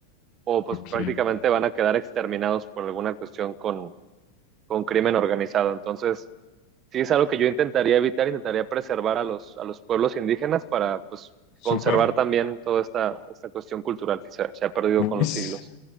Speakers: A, on the right; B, on the left.
A: o pues
B: ok.
A: prácticamente van a quedar exterminados por alguna cuestión con, con crimen organizado. Entonces, sí es algo que yo intentaría evitar, intentaría preservar a los, a los pueblos indígenas para pues
B: Súper.
A: conservar también toda esta, esta cuestión cultural que se, se ha perdido
B: Uy,
A: con los
B: s-
A: siglos.